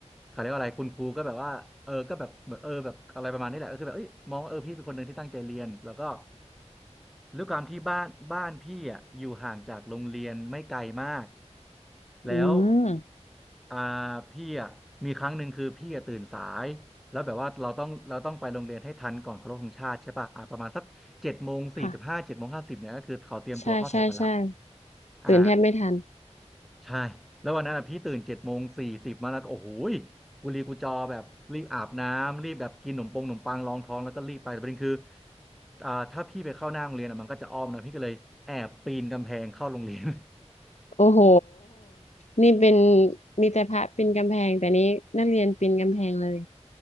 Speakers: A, in the centre; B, on the left.
A: เขาเรียกว่าอะไรคุณครูก็แบบว่าเออก็แบบเออแบบอะไรประมาณนี้แหละก็คือแบบเอ้ยมองว่าเออพี่เป็นคนหนึ่งที่ตั้งใจเรียนแล้วก็ ด้วยความที่บ้านบ้านพี่อ่ะอยู่ห่างจากโรงเรียนไม่ไกลมากแล้ว
B: อืม
A: อ่าพี่อ่ะมีครั้งหนึ่งคือพี่อ่ะตื่นสายแล้วแบบว่าเราต้องเราต้องไปโรงเรียนให้ทันก่อนเคารพธงชาติใช่ป่ะอ่าประมาณสักเจ็ดโมงสี่สิบห้าเจ็ดโมงห้าสิบเนี่ยก็คือเขาเตรียมตัวเข้าแถวกันละ
B: ค่ะใช่ใช่ใช่
A: อ่า
B: ตื่นแทบไม่ทัน
A: ใช่แล้ววันนั้นอะพี่ตื่นเจ็ดโมงสี่สิบมาแล้วก็โอ้โหยกุลีกุจอแบบรีบอาบน้ำรีบแบบกินขนมปงขนมปังรองท้องแล้วก็รีบไปแต่ประเด็นคืออ่าถ้าพี่ไปเข้าหน้าโรงเรียนอะมันก็จะอ้อมนะพี่ก็เลยแอบปีนกำแพงเข้าโรงเรียน
B: โอ้โหนี่เป็นมีแต่พระปีนกำแพงแต่นี้นักเรียนปีนกำแพงเลย